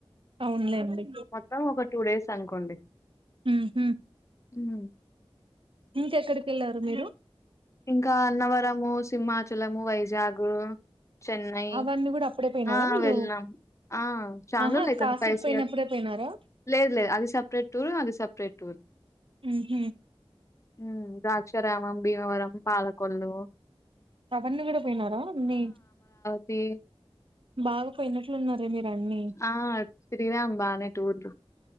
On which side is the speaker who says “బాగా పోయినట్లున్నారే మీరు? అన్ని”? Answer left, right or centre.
Right